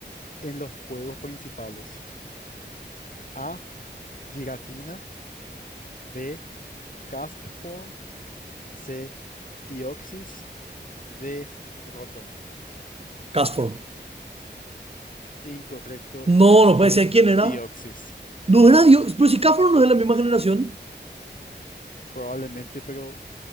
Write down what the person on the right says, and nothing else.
Castform.
No, no
puede ser. ¿Quién era?
No era Dios, pero si Castform no es de la misma generación.